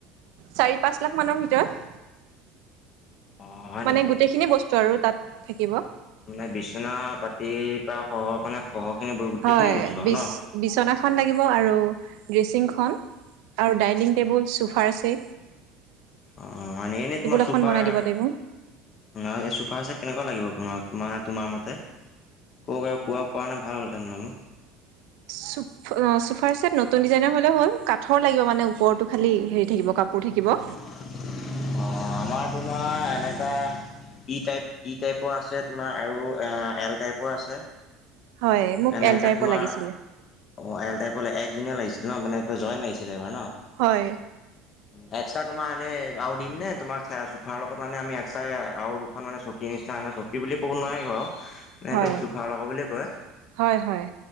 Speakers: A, on the right; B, on the left.
A: চাৰি-পাঁচ লাখ মানৰ ভিতৰত।
B: অঁ হয়
A: মানে
B: নেকি
A: গোটেইখিনি বস্তু আৰু তাত থাকিব।
B: মানে বিছনা পাতিৰ পৰা শহৰ মানে শহৰখিনি বৈ গোটেইখিনি
A: হয়
B: বস্তু
A: বিচ
B: আৰু ন?
A: বিচনাখন লাগিব আৰু, ড্ৰেচিং খন, আৰু ডাইনিং টেবুল, চোফাৰ ছেট।
B: অ হয় নে এনে তোমাৰ
A: এখন
B: চুফা
A: বনাই দিব লাগিব
B: আৰু এই ছুফাৰ চেট কেনেকুৱা লাগিব, তোমাক-তোমাৰ-তোমাৰ মতে? ক-কোৱা পৰা নাই ভাল হ'ল তেনেহলে মোক।
A: চু চুফাৰ চেট নতুন ডিজাইনৰ হ'লে হ'ল, কাঠৰ লাগিব মানে ওপৰতটো খালি হেৰি থাকিব কাপোৰ থাকিব।
B: অ আমাৰ তোমাৰ এনেকা ই টাইপ ই টাইপৰ আছে তোমাৰ আৰু এল টাইপৰ আছে।
A: হয় মোক
B: এনেকৈ
A: এল টাইপৰ
B: তোমাৰ
A: লাগিছিলে।
B: অ এল টাইপৰ, একজনিয়াৰ লাগিছিল ন মানে জইন লাগিছিলে এবাৰ ন।
A: হয়।
B: <inaudible> এক্সট্ৰা তোমাৰ আৰু দিম নে? তোমাক লগত মানে আমি এক্সট্ৰা আৰু দুখন মানে চকী নিচিনা বুলি ক'ব নোৱাৰি বাৰু, সেইটো
A: হয়
B: চুফাৰ লগা বুলি কয়।
A: হয় হয়